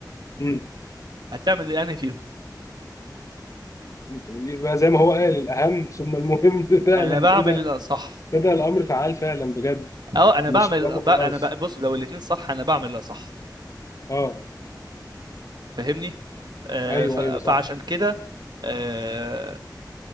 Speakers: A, on the left; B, on the right.
A: امم
B: هتعمل ايه أنهي فيهم
A: يبقى زي ما هو قال الاهم ثم المهم <laughs> فعلا
B: انا بعمل
A: ايه ده
B: الاصح
A: ده ده الامر فعال فعلا بجد
B: اه انا
A: مش
B: بعمل
A: كلامه
B: ب-
A: خلاص
B: انا ب- بص لو الاتنين صح انا بعمل الاصح
A: اه
B: فاهمني آه
A: ايوه
B: ف... فعشان
A: ايوه صح
B: كده آه